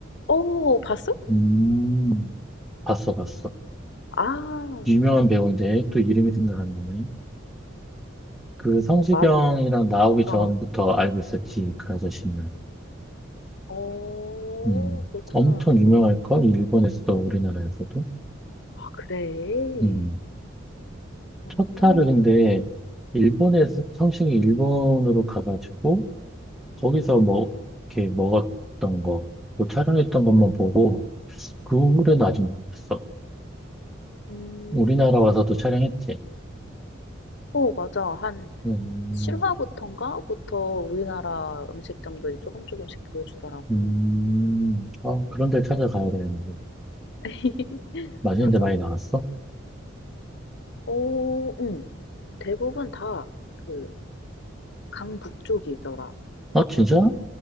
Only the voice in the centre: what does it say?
음, 봤어, 봤어.
유명한 배우인데 또 이름이 생각 안 나네. 그 성시경이랑
나오기 전부터
알고 있었지, 그 아저씨는.
음,
엄청 유명할걸? 일본에서도 우리나라에서도.
음,
첫 타를 근데 일본에서
성시경이 일본으로 가가지고 거기서
뭐 이렇게 먹었던 거, 뭐 촬영했던 것만 보고 그 후로는
아직 못 봤어.
우리나라 와서도 촬영했지.
음,
음, 아, 그런 데 찾아가야 되는데.
맛있는
데 많이 나왔어?
아, 진짜?